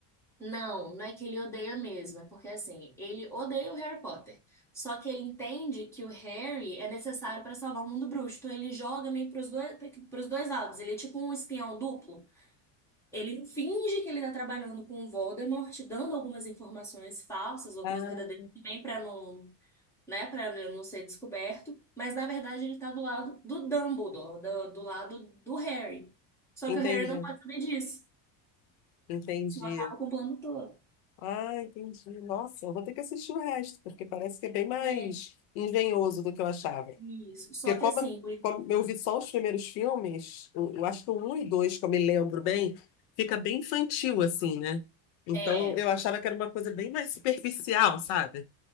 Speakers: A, in the centre; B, on the left (about 75°).
A: Não, não é que ele odeia mesmo, é porque assim, ele odeia o Harry Potter. Só que ele entende que o Harry é necessário para salvar o mundo bruxo. Então ele joga meio pros dois, pros dois lados. Ele é tipo um espião duplo. Ele finge que ele tá trabalhando com o Voldemort, dando algumas informações falsas, outras
B: Ah,
A: verdadeiras também para não, né, para não ser descoberto, mas na verdade ele tá do lado do Dumbledore, do, do lado do Harry. Só
B: entendi,
A: que o Harry não pode saber disso,
B: entendi.
A: senão acaba com o plano todo.
B: Ah, entendi. Nossa, eu vou ter que assistir o resto, porque parece que é bem mais
A: É.
B: engenhoso do que eu achava.
A: Isso. Só
B: Porque
A: que
B: como,
A: assim, o-
B: como eu vi só os primeiros filmes, eu, eu acho que o 1 e 2, que eu me lembro bem, fica bem infantil, assim, né? Então
A: é,
B: eu achava que era uma coisa bem mais superficial, sabe?